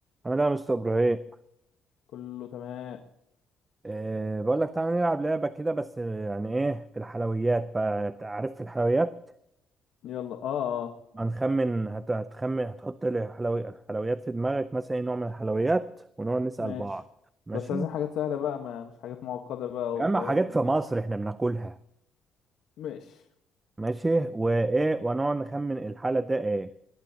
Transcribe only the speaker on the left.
كله تمام
يلا اه اه
ماشي
بس عايزين حاجات سهلة بقى ما مش حاجات معقدة بقى
ودولة
مد
ماشي